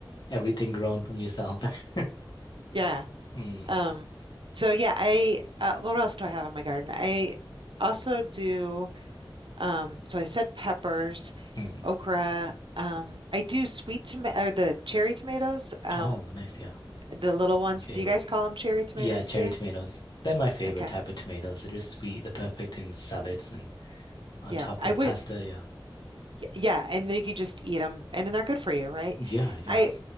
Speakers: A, on the left; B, on the right.
A: Everything grown from yourself. <laughs>
B: yeah.
A: Mm.
B: Um, so yeah, I uh, what else do I have in my garden? I also do. Um, so I said peppers,
A: Mm.
B: okra. Um, I do sweet tomato or the cherry tomatoes. Um,
A: Oh, nice. Yeah.
B: The little ones,
A: My favorite.
B: do you guys call them cherry tomatoes
A: Yeah, cherry
B: too?
A: tomatoes. They're my favorite
B: Okay.
A: type of tomatoes. They're just sweet, they're perfect in salads and on
B: Yeah,
A: top
B: I
A: with
B: would.
A: pasta. Yeah.
B: Yeah, and then you could just eat them, and then they're good for you, right?
A: Yeah, yeah.
B: I